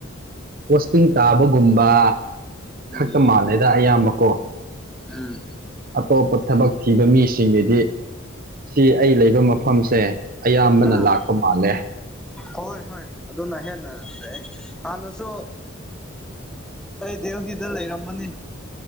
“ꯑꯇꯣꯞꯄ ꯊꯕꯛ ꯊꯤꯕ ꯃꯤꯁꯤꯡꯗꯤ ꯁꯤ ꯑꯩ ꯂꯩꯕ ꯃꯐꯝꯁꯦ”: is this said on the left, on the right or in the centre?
Right